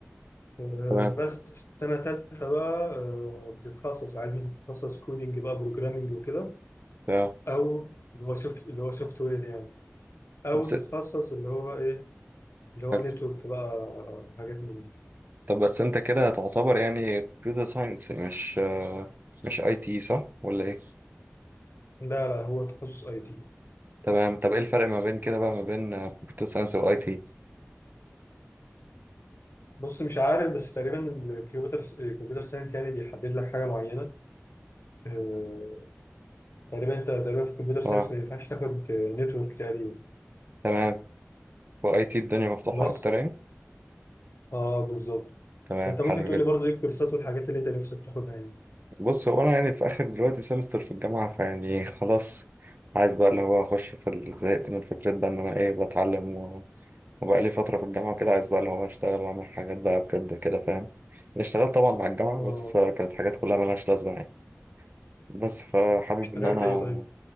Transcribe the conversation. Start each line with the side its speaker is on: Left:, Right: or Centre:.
Left: آه
Right: تمام
Left: بس في السنه الثالثه بقى آه بتتخصص عايز مثلا تتخصص كودينج بقى بروجرامنج وكده
Right: اه
Left: او اللي هو سوفت اللي هو سوفت وير يعني او
Right: بس
Left: تتخصص اللي هو ايه اللي هو
Right: حلو
Left: نتورك بقى حاجات من دي
Right: طب بس انت كده هتعتبر يعني كمبيوتر ساينس مش مش اي تي صح ولا ايه
Left: لا لا هو تخصص اي تي
Right: تمام طب ايه الفرق ما بين كده بقى ما بين كمبيوتر ساينس واي تي
Left: بص مش عارف بس تقريبا الكمبيوتر الكمبيوتر ساينس يعني بيحدد لك حاجه معينه آه، تقريبا انت تقريبا في الكمبيوتر ساينس
Right: اه
Left: ما ينفعش تاخد نتورك تقريبا
Right: تمام في اي تي الدنيا مفتوحة
Left: بس
Right: اكتر يعني
Left: اه بالظبط
Right: تمام
Left: فانت
Right: حلو
Left: ممكن تقول
Right: جدا
Left: لي برضه ايه الكورسات والحاجات اللي انت نفسك تاخدها يعني
Right: بص هو انا يعني في اخر دلوقتي سمستر في الجامعة فيعني خلاص عايز بقى اللي هو اخش في ال- زهقت من فكرة بقى ان انا ايه بتعلم و- وبقى لي فترة في الجامعة كده عايز بقى اللي هو اشتغل واعمل حاجات بقى بجد كده فاهم يعني اشتغلت طبعا مع الجامعة
Left: اه
Right: بس كانت حاجات كلها ملهاش لازمة يعني بس فحابب
Left: اشتغلت
Right: ان انا
Left: ايه طيب